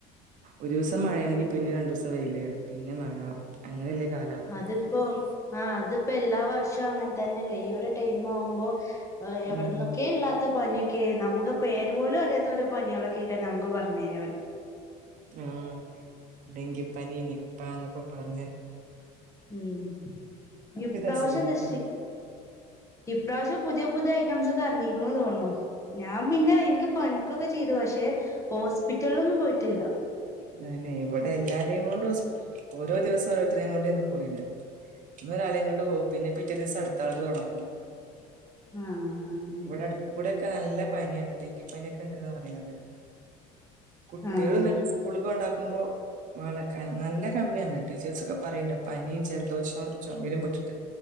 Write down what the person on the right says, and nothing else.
ഒരുസം മഴയാണെങ്കി പിന്നെ രണ്ടുസം വെയില് പിന്നെ മഴ അങ്ങനെയല്ല കാല
<unintelligible>
ഉം
ആഹ് ഡെങ്കിപ്പനി നിപ്പന്നൊക്കെ പർഞ്
അസുഖങ്ങളുണ്ട്.
ദേന്നെ ഇവടെ എല്ലാരെയും കൊണ്ടു ഓസ് ഓരോ ദിവസം ഒരോര്ത്തരെയും കൊണ്ട്ന്ന് പോയീന്നെ ന്ന് ഒരാളെയും കൊണ്ട് പോഉ പിന്നെ പിറ്റേ ദിവസം അടുത്ത ആള്ത് തുടങ്ങും.
ഇവടെ അടുത് കൂടെക്കെല്ല പനിയാണ് ടങ്കിപ്പനി ക്കെണ്ട്ന്നർഞ്ഞീണത് കുട്ടികളുംന്നന്നെസ്
കൊണ്ടാക്കുമ്പോ മഴ ക നല്ല കമ്മിയാണ് ടീച്ചേഴ്സ്ക്കെ പറയിണ്ട് പനിയും ജലദോഷവും ചുമലും പൊട്ടിട്ട്